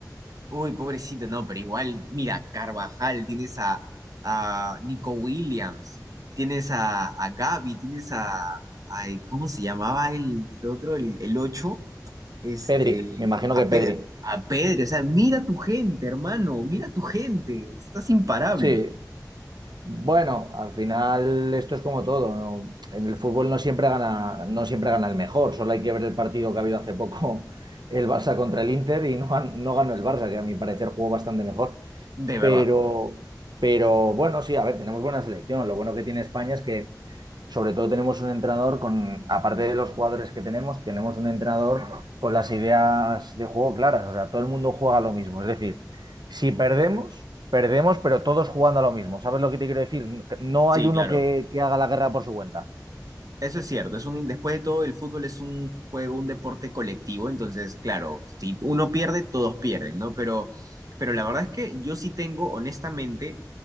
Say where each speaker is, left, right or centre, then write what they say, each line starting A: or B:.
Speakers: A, on the right; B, on the right.
A: uy, pobrecito, no, pero igual, mira, Carvajal, tienes a, a Nico Williams, tienes a, a Gavi, tienes a, ay, ¿cómo se llamaba el otro, el, el 8. este,
B: Pedri, me imagino
A: a
B: que
A: Pedro,
B: Pedri.
A: a Pedro, o sea, mira tu gente, hermano, mira tu gente, estás imparable,
B: Sí, Bueno, al final esto es como todo, ¿no? En el fútbol no siempre gana, no siempre gana el mejor, solo hay que ver el partido que ha habido hace poco <laughs> el Barça contra el Inter y no, gan- no ganó el Barça, que a mi parecer jugó bastante mejor,
A: de verdad.
B: pero, pero bueno, sí, a ver, tenemos buena selección, lo bueno que tiene España es que sobre todo tenemos un entrenador con, aparte de los jugadores que tenemos, tenemos un entrenador con las ideas de juego claras. O sea, todo el mundo juega lo mismo. Es decir, si perdemos, perdemos, pero todos jugando a lo mismo. ¿Sabes lo que te quiero decir? No
A: Sí,
B: hay uno
A: claro,
B: que, que haga la guerra por su cuenta.
A: eso es cierto, es un, después de todo el fútbol es un juego, un deporte colectivo, entonces, claro, si uno pierde, todos pierden, ¿no? Pero, pero la verdad es que yo sí tengo, honestamente,